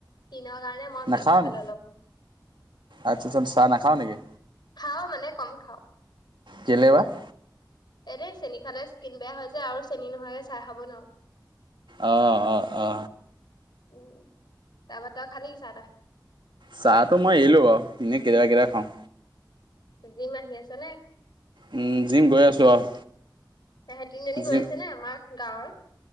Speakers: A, on the left; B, on the right.
A: কিন কাৰণে
B: নাখাৱ
A: মেগি খালে
B: নি?
A: অলপ উ
B: আচ্ছা চাহাও নেকি
A: খাও মানে কম খাওঁ
B: কেলে বাপব
A: এ দেই চেনী খালে স্কিন বেয়া হৈ যায় আৰু চেনিী নহয়ে চাই খাব নপব
B: অ অ অ
A: উ তাৰপৰা তই খালে কিিছা তটা
B: চাহ তো মই এিলো বাৰ এনেই কেতিয়াবা কিবা খাওঁ
A: জিম আহি আছে নে
B: উম, জিম গৈ আছো আৰু।
A: এহে তিনজনী
B: জিম
A: গৈ আছে ন আমাৰ গাঁৱৰ